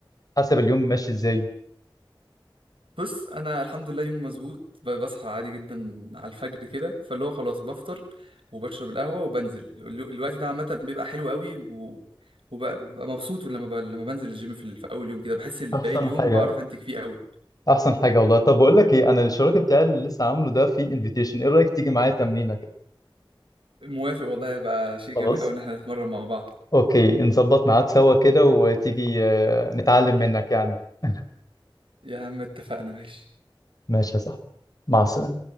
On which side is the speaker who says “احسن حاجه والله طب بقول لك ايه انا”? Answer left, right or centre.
Left